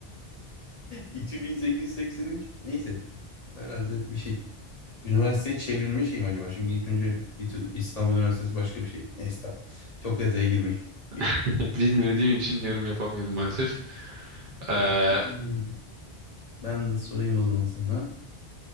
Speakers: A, on the left (about 45°); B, on the right (about 60°).
A: İTÜ 1883. Neyse. Herhalde bir şey Üniversiteye çevrilme şey mi acaba? Çünkü ilk önce İt- İstanbul Üniversitesi başka bir şey. Neyse tamam. Çok detaya girmeyeyim. <laughs>
B: <laughs> Bilmediğim için yorum yapamıyorum maalesef. Ee,
A: Tamam.
B: ha,
A: Ee, Ben sorayım o zaman sana.